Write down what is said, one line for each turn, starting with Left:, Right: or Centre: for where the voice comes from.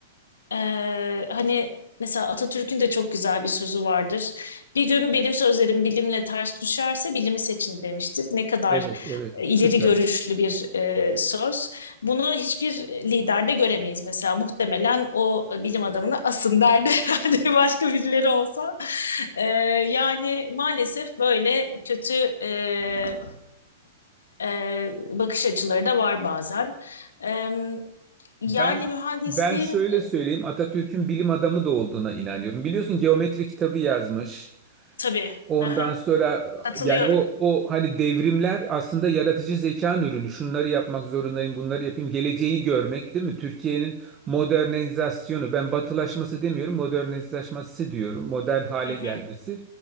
Left: Ee, hani mesela Atatürk'ün de çok güzel bir sözü vardır. Bir gün benim sözlerim bilimle ters düşerse bilimi seçin demiştir. Ne kadar
Right: Evet, evet.
Left: e,
Right: Süper.
Left: ileri görüşlü bir e, söz. Bunu hiçbir liderde göremeyiz mesela. Muhtemelen o e, bilim adamına asın derdi <laughs> herhalde başka birileri olsa. Ee, yani maalesef böyle kötü e, e, bakış açıları da var bazen. Ee, yani
Right: Ben
Left: mühendisliğin
Right: ben şöyle söyleyeyim Atatürk'ün bilim adamı da olduğuna inanıyorum. Biliyorsun geometri kitabı yazmış.
Left: tabii.
Right: Ondan
Left: <laughs>
Right: sonra
Left: Katılıyorum.
Right: yani o o hani devrimler aslında yaratıcı zekanın ürünü. Şunları yapmak zorundayım, bunları yapayım. Geleceği görmek değil mi? Türkiye'nin modernizasyonu. Ben batılaşması demiyorum, modernizasyonu diyorum. Modern hale
Left: Hı hı.
Right: gelmesi.